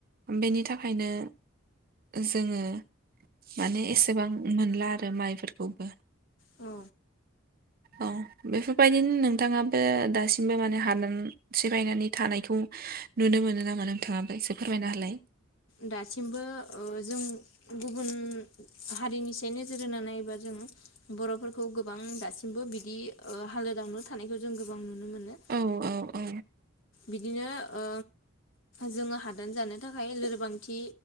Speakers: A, on the right; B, on the left.
A: बेनि थाखायनो जोङो माने एसेबां मोनला आरो माइफोरखौबो
B: औ
A: औ बेफोरबायदिनो नोंथाङाबो दासिमबो माने हादान सिफायनानै थानायखौ नुनो मोनो नामा नोंथाङाबो इसे फोरमायना हालाय
B: दासिमबो ओ जों गुबुन हारिनिसे नोजोर होनानै बा जों बर'फोरखौ गोबां दासिमबो बिदि ओ हालोदावनो थानायखौ जों गोबां नुनो मोनो
A: औ औ औ
B: बिदिनो ओ जोङो हादान जानो थाखाय लोरबांथि